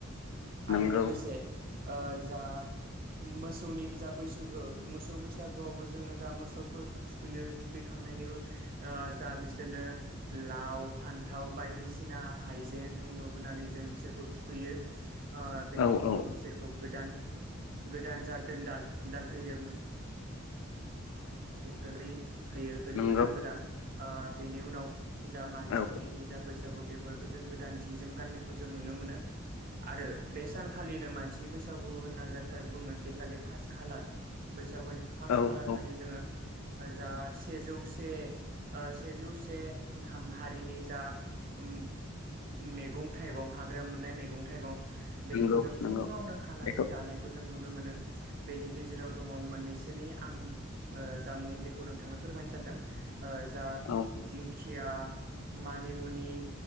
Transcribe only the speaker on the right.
आरो लोगोसे ओ जा मोसौनि जा बैसागो मोसौ बैसागोआवबो जोङो जा मोसौफोरखौ थुखैयो थुखैखांनायनि ओ जा बिसोरनो लाव फान्थाव बायदिसिना हाइजें उनु होनानै जों बिसोरखौ थुखैयो ओ बेनि
उनाव
बिसोरखौ गोदान गोदान जा दोनदाल दोनदाल होयो मो सौ दोनै होयो
गोदान गोदान ओ बेनि उनाव जा मानसिनि
जा बैसा बैसागु बेवहायबो जों गोदान जि जोम गाननायखौ जों नुनो मोनो आरो बे सानखालिनो मानसि बैसागु होनना जा खा बुङो जै खालि फार्स खालार बै <unintelligible> फार्स
खालार
खालि जोङो जा सेजौसे ओ सेजौसे हा-हारिनि जा उम उम मैगं थाइगं हाग्रायाव मोननाय मैगं थाइगं बेखौ
जों
फुङावनो खानानै
जानायखौ जों नु नुनो मोनो बेनि गेजेराव दङ मोननैसोनि आं जामुं बेखौ नोंथांनो फोरमायनो सानदों जा
दिंखिया मानिमुनि